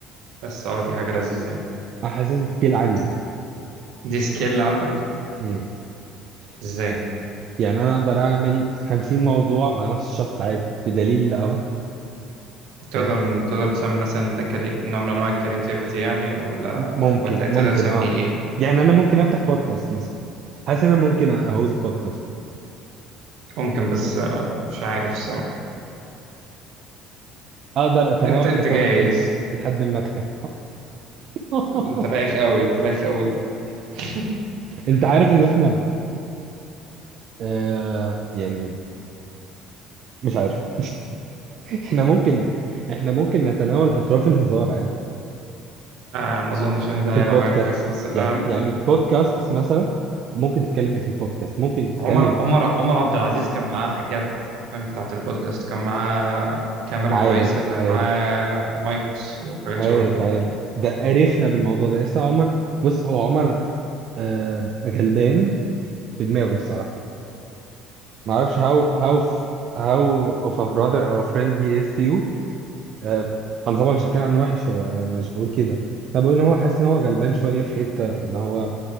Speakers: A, on the right; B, on the right.
A: بس اه دي حاجة لذيذة يعني
B: انا حاسس سكيل عندي
A: دي سكيل عندك
B: مم.
A: ازاي
B: يعني انا اقدر اعمل 50 موضوع مع نفس الشخص عادي بدليل اهو
A: تقدر
B: فاهم
A: تقدر تسمي مثلا ده كري... نوع من أنواع الكرياتيفيتي يعني ولا
B: ممكن
A: ولا تقدر
B: ممكن
A: تسميه
B: اه
A: إيه
B: يعني انا ممكن افتح بودكاست مثلا حاسس ان انا ممكن اهوست بودكاست
A: ممكن بس آه، مش عارف الصراحة
B: اقدر اتناول
A: أنت أنت
B: اطراف
A: جايز
B: الحديث لحد ما اتخن <laughs>
A: أنت بايخ قوي أنت بايخ قوي <laughs>
B: انت عارف ان
A: الف...
B: احنا آه يعني مش عارف <laughs> احنا ممكن احنا ممكن نتناول اطراف الهزار عادي
A: آه ما أظنش إن ده
B: في البودكاست
A: هيبقى حاجة كويسة بس الأهم
B: يعني يعني بودكاست مثلا ممكن تتكلم ايه في البودكاست ممكن تتكلم
A: عمر عمر عمر عبد العزيز كان معاه حاجات حرفيا بتاعة البودكاست كان معاه كاميرا
B: عارف
A: كويسة كان
B: عارف
A: معاه مايكس وحاجات
B: عارف
A: شبه كده
B: عارف
A: يعني
B: ده عرفنا بالموضوع ده لسه عمر بص هو عمر آه غلبان في دماغه الصراحه ما اعرفش how how f- how of a brother or friend he is to you آه انا طبعا مش هتكلم عنه وحش هو انا مش بقول كده انا بقول ان هو حاسس ان هو غلبان شويه في حته ان هو